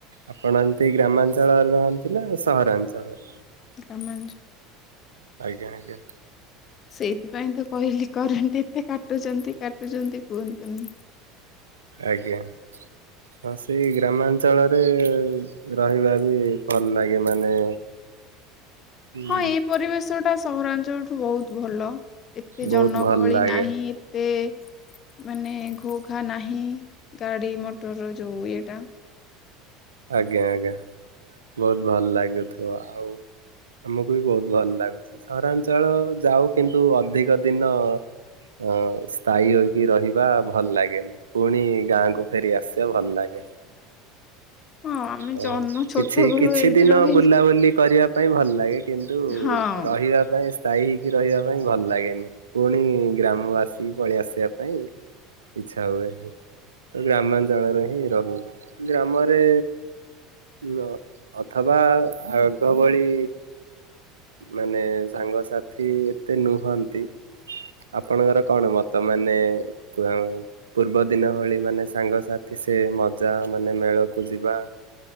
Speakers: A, on the right; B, on the left.
A: ଆପଣ ଏମତି ଗ୍ରାମାଞ୍ଚଳରେ ରହନ୍ତି ନା ସହରାଞ୍ଚଳରେ?
B: ଗ୍ରାମାଞ୍ଚ
A: ଆଜ୍ଞା ଆଜ୍ଞା।
B: ସେଇଥିପାଇଁ ତ କହିଲି, କରେଣ୍ଟ ଏତେ କାଟୁଛନ୍ତି କାଟୁଛନ୍ତି କୁହନ୍ତୁନି।
A: ଆଜ୍ଞା ହଁ ସେଇ ଗ୍ରାମାଞ୍ଚଳରେ ରହିବା ବି ଭଲ ଲାଗେ ମାନେ ହୁଁ
B: ହଁ ଏଇ ପରିବେଶଟା ସହରାଞ୍ଚଳଠୁ ବହୁତ ଭଲ, ଏତେ
A: ବହୁତ
B: ଜନଗହଳି
A: ଭଲ ଲାଗେ
B: ନାହିଁ ଏ ଏ ମାନେ ଘୋ ଘା ନାହିଁ, ଗାଡ଼ି ମଟର ଯୋଉ ଇଏଟା।
A: ଆଜ୍ଞା ଆଜ୍ଞା। ବହୁତ ଭଲ ଲାଗୁଥିବ ଆଉ। ଆମକୁ ବି ବହୁତ ଭଲ ଲାଗୁଛି, ସହରାଞ୍ଚଳ ଯାଉ କିନ୍ତୁ ଅଧିକ ଦିନ ହଁ ସ୍ଥାୟୀ ହୋଇକି ରହିବା ଭଲ ଲାଗେନି। ପୁଣି ଗାଁକୁ ଫେରି ଆସିବାକୁ ଭଲ ଲାଗେ।
B: ହଁ ଆମେ
A: ଆ
B: ଜନ୍ମ ଛୋଟ
A: କିଛି
B: ବେଳୁ
A: କିଛି
B: ଏଇଠି
A: ଦିନ
B: ରହି
A: ବୁଲାବୁଲି କରିଆ ପାଇଁ ଭଲ ଲାଗେ, କିନ୍ତୁ
B: ହଁ
A: ରହିବା ପାଇଁ ସ୍ଥାୟୀ ହେଇକି ରହିବା ପାଇଁ ଭଲ ଲାଗେନି, ପୁଣି ଗ୍ରାମବାସୀ ପଳେଇ ଆସିବା ପାଇଁ ଇଚ୍ଛା ହୁଏ, ତ ଗ୍ରାମାଞ୍ଚଳରେ ହିଁ ରହୁ। ଗ୍ରାମରେ ନାଁ ଅଥବା ଆଗ ଭଳି ମାନେ ସାଙ୍ଗସାଥି ଏତେ ନୁହଁନ୍ତି ଆପଣଙ୍କର କଣ ମତ ମାନେ <unintelligible> ପୂର୍ବ ଦିନ ଭଳି, ମାନେ ସାଙ୍ଗସାଥି ସେ ମଜା ମାନେ ମେଳକୁ ଯିବା।